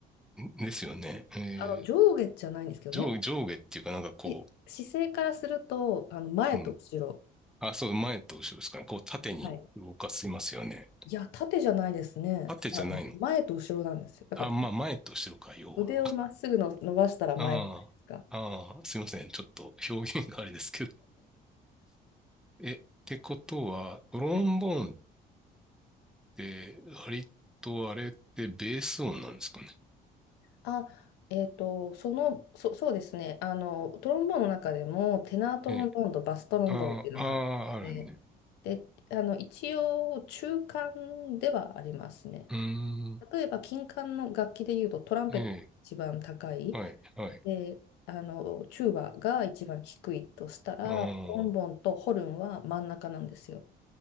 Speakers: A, in the centre; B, on the left.
A: んですよね。えー
B: あの、上下じゃないんですけどね。
A: 上、上下っていうかなんかこ
B: い姿勢からすると、あの前と後ろ。
A: う、うん。あ、そう、前と後ろですかね。こう縦に動かしますよね。
B: はい。いや、縦じゃないですね。
A: 縦じゃないの。
B: あの前と後ろなんですよ。だから
A: あ、まあ前と後ろか、要は。
B: 腕をまっすぐの伸ばしたら前じゃないですか。
A: ああ、ああ、すいません。ちょっと表現があれですけど。え、ってことは、トロンボーンっ
B: はい
A: て、割とあれってベース音なんですかね。
B: あ、えっと、その、そ、そうですね。あの、トロンボーンの中でも、テナートロンボーンとバストロンボーンっていうのがあって、
A: え、ああ、ああ、あるね。
B: で、あの、一応、中間ではありますね。
A: うーん、
B: 例えば、金管の楽器でいうと、トランペットが一番高い、
A: ええ、はい、はい。
B: で、あの、チューバが一番低いとしたら、
A: ああ、
B: トロンボーンとホルンは真ん中なんですよ。